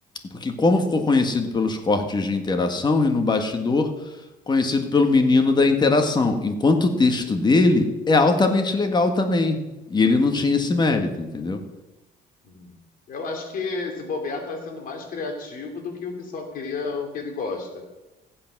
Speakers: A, on the left; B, on the left.
A: porque como ficou conhecido pelos cortes de interação e no bastidor, conhecido pelo menino da interação, enquanto o texto dele é altamente legal também, e ele não tinha esse mérito, entendeu?
B: uhum. Eu acho que esse bobear tá sendo mais criativo do que o que só cria o que ele gosta,